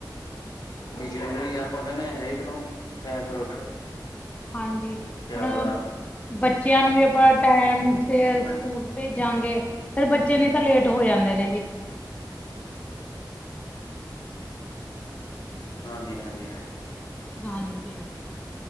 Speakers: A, on the left; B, on the left.
A: ਵੀ ਜਰੂਰੀ ਆਪਾਂ ਕੈੰਨੇ, ਹਏਕ ਨੂੰ ਟੈਮ ਸੇਰ ਉੱਠੋ।
B: ਹਾਂਜੀ ਹੁਣ,
A: ਤੇ ਆਪਦਾ
B: ਬੱਚੇਆਂ ਨੂੰ ਵੀ ਅਪਾਂ ਟੈਮ ਸੇ ਸਕੂਲ
A: ਹਾਂਜੀ
B: ਭੇਜਾਂਗੇ, ਫੇਰ ਬੱਚੇ ਨੇ ਤਾਂ ਲੇਟ ਹੋ ਯਾਦੇ ਨੇ ਜੀ।
A: ਹਾਂਜੀ-ਹਾਂਜੀ ਹਾਂ।
B: ਹਾਂਜੀ।